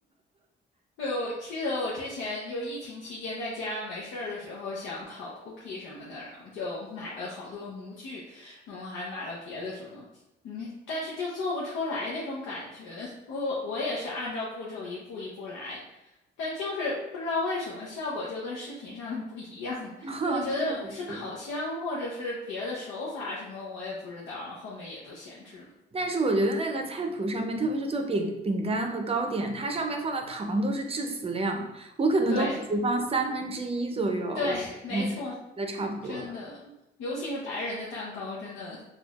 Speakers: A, on the left; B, on the right.
A: 对，我记得我之前就是疫情期间在家没事儿的时候，想烤 cookie 什么的，然后就买了好多模具，然后还买了别的什么，嗯，但是就做不出来那种感觉。我我也是按照步骤一步一步来，但就是不知道为什么效果就跟视频上的不一样。<laughs>
B: <laughs>
A: 我觉得是烤箱或者是别的手法什么，
B: 确实是。
A: 我也不知道，然后后面也都闲置了。
B: 但是我觉得那个菜谱上面，特别是做饼饼干和糕点，它上面放的糖都是致死量，我可能都会只放三分之一左右，
A: 对对，
B: 我就嗯觉嗯得差不多了。
A: 没错。真的，尤其是白人的蛋糕，真的